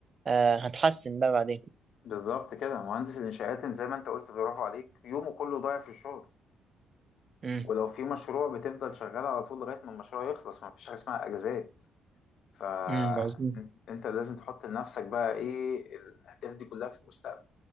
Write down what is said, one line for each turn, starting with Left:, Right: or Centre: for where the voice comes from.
Right: آه، هتحسن بقى بعدين
Left: بالظبط كده مهندس الإنشاءات زي ما أنت قلت برافو عليك يومه كله ضايع في الشغل
Right: امم
Left: ولو في مشروع بتفضل شغال على طول لغاية ما المشروع يخلص ما فيش حاجة اسمها أجازات فأنت
Right: امم مظبوط
Left: لازم تحط لنفسك بقى إيه الأهداف دي كلها في المستقبل